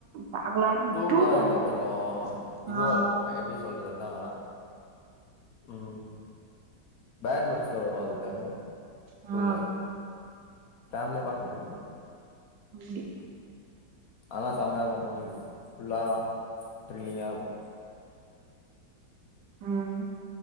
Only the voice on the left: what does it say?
டூல்லா
இன்னு கொஞ்சோ இதுவா
இருக்கு எப்டி சொல் றதுனா ம் பேட்வட்ஸ்ல வரு அதுல
டூல ஃபேமிலியா பாக்கமுடியாது
அதா செமையா இருக்கு மூவிஸ் ஃபுல்லா த்ரில்லிங்கா இருக்கு